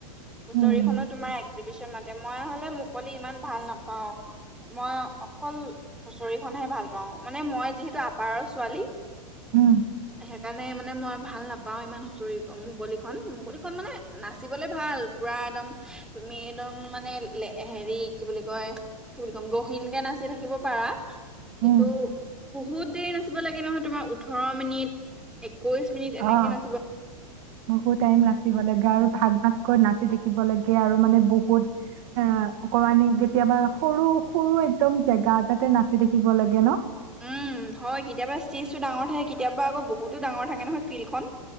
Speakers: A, in the centre; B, on the right.
A: হুচৰি
B: উম,
A: খনো তোমাৰ এক্জিবিশন মাতে, মই হ'লে মুকলি ইমান ভাল নাপাওঁ, মই অকল হুঁচৰিখনহে ভাল পাওঁ মানে মই যিহেতু আপাৰৰ ছোৱালী
B: উম,
A: সেইকাৰণে মানে মই ভাল নাপ পাও ইমান হুঁচৰি মুকলিখন, মুকলিখন মানে নাচিবলে ভাল পুৰা একদম তুমি একদম মানে হেৰি কি বুলি কয় কি বুলি কম গহীনকে নাচি থাকিব পাৰা। কিন্তু
B: উম,
A: বহুত দেৰি নাচিব লাগে নহয় তোমাৰ ওঠৰ মিনিট এ কৈছোঁ এনেকে
B: অ।
A: না
B: বহুত টাইম নাচিব লাগে আৰু ভাগ ভাগকৈ না নাচি থাকিব লাগে আৰু মানে বহুত অ অকমানমানি কেতিয়াবা সৰু সৰু এক্দম জেগা এটাতে নাচি থাকিব লাগে ন'
A: উম হয় কেতিয়াবা ষ্টেজটো ডাঙৰ থাকে কেতিয়াবা আকৌ বহুতো ডাঙৰ থাকে নহয় ফিল্ডখন।